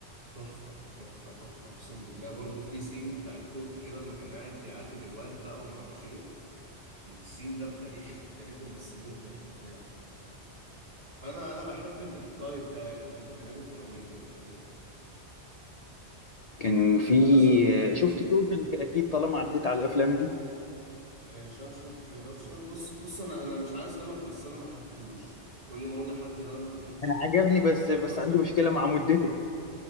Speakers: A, on the right; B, on the left.
A: تحفه تحفه تحفه اقسم بالله برضه في سينج بتاع الكورت كده اما كان قاعد بيعاتب الواد بقى وما اعرفش ايه السين ده بتاريخ بتاريخ ممثلين وبتاريخ افلام فانا انا بحب ال- التايب ده يعني بحب الحاجات الدراميه دي فاهمني
B: كان في
A: انت مثلا
B: آه، شفت شوشنك أكيد طالما عديت على الأفلام دي
A: شاوشانك ريدمبشن بص بص انا انا مش عايز دمك بس انا ما حبيتهوش كل ما اقول لحد اللي انا ما حبيتش
B: أنا عجبني بس
A: شاوشانك
B: بس عندي مشكلة
A: ما
B: مع مدته